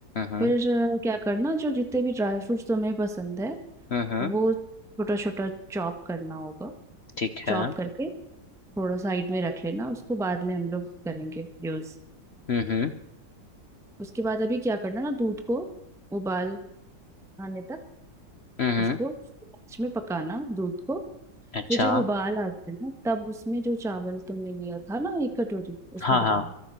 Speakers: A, on the left; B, in the centre.
A: हम्म
B: फिर अ, क्या करना जो जितने भी ड्राई फ्रूट्स तुम्हें पसंद है
A: हम्म हम्म,
B: वो छोटा छोटा चॉप करना होगा
A: ठीक
B: चॉप
A: है हम्म
B: करके थोड़ा साइड में रख लेना उसको बाद में हम लोग करेंगे यूज
A: हम्म
B: उसके बाद अभी क्या करना ना दूध को उबाल आने तक
A: हम्म हम्म।
B: उसको लास्ट में पकाना दूध को
A: अच्छा
B: फिर जब उबाल आ जाए ना तब उसमें जो चावल तुमने लिया था ना एक कटोरी उसको
A: हाँ
B: डालना
A: हाँ